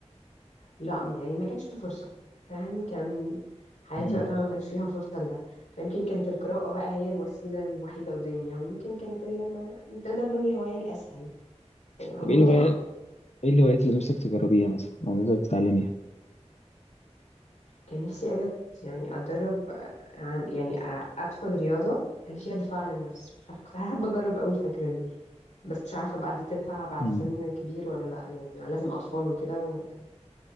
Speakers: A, on the left (about 90°); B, on the left (about 65°).
A: لا ما- يعني ما كانش في فرصه فاهم كان حياتي
B: مم.
A: وقتها ما كانش فيها فرصه لده فيمكن كانت القراءه بقى هي الوسيله الوحيده قدامي او يمكن كانت اللي ما تقدر نقول الهوايه الاسهل او
B: طب
A: المتاحه
B: ايه الهواية ايه الهوايات اللي نفسك تجربيها مثلا او نفسك تتعلميها
A: كان نفسي قوي يعني اتدرب آه، عن يعني آه، ادخل رياضه اللي فيها دفاع عن النفس مش عارفه كنت حابه اجرب قوي الفكره دي بس مش عارفة بقى دي تنفع بعد
B: مم.
A: سن كبير ولا لأ يعني لازم أطفال وكده ولا ايه